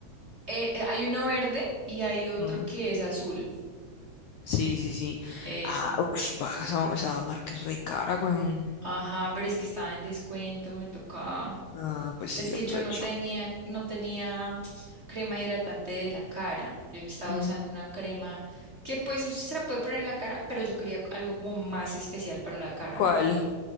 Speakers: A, on the right; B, on the left.
A: Eh, eh, hay uno verde y hay otro
B: Ah,
A: que es azul,
B: Sí, sí, sí.
A: ese.
B: Ah, ush, va, esa, esa marca es re cara, weón.
A: Ajá, pero es que estaba en descuento, me tocaba.
B: Ah, pues sí,
A: Es que
B: aprovecho.
A: yo no tenía, no tenía crema hidratante de la cara. Yo estaba
B: Mm,
A: usando una crema que pues usted se la puede poner en la cara, pero yo quería algo como más especial para la cara,
B: ¿Cuál?
A: ¿no?